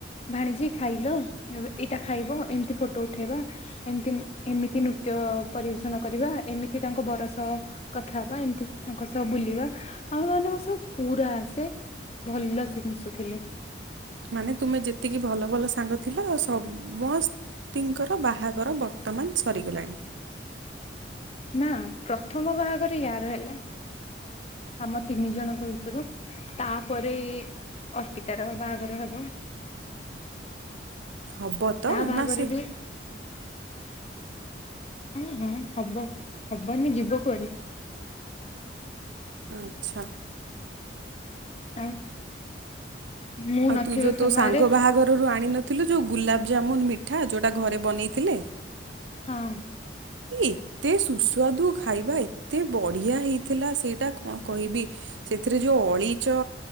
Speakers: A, on the left; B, on the right.
A: ଭାଣିଜି ଖାଇଲ ଏ ଏଇଟା ଖାଇବ ଏମିତି ଫୋଟୋ ଉଠେଇବା ଏମିତି ଏମିତି ନୁ ନୃତ୍ୟ ପରିବେଷଣ କରିବା ଏମିତି ତାଙ୍କ ବର ସହ କଥା ହେବା ଏମିତି ତାଙ୍କ ସହ ବୁଲିବା ଆଉ ମାନେ ଆତସହ ପୁରା ସେଭଲସେ ମିଶୁଥିଲେ।
B: ମାନେ ତୁମେ ଯେତିକି ଭଲ ଭଲ ସାଙ୍ଗ ଥିଲ ସମସ ତିଙ୍କର ବାହାଘର ବର୍ତ୍ତମାନ ସରିଗଲାଣି।
A: ନା ପ୍ରଥମ ବାହାଘର ୟାର ହେଲା। ଆମ ତିନି ଜଣଙ୍କ ଭିତରୁ ତାପରେ ଅସ୍ପିିତାର ବାହାଘର ହବ।
B: ହବତ
A: ତା ବାହାଘର
B: ନାଁ ସେ
A: ବି ହଁ ହଁ ହବ ହବନି ଯିବ କୁଆଡ଼େ।
B: ଆଚ୍ଛା।
A: ଆଉ? ମୁଁ
B: ଆଉତୁ
A: ନଥିବା
B: ଯୋଉ ତୋ
A: ସମୟରେ
B: ସାଙ୍ଗ ବାହାଘରରୁ ଆଣିନ ଥିଲୁ ଯେଉଁ ଗୁଲାବଜାମୁନ୍ ମିଠା ଯେଉଁଟା ଘରେ ବନେଇଥିଲେ?
A: ହଁ।
B: ଏତେ ସୁସ୍ୱାଦୁ ଖାଇବା ଏତେ ବଢ଼ିଆ ହେଇଥିଲା ସେଇଟା କଣ କହିବି ସେଥିରେ ଯୋଉ ଅଳିଚ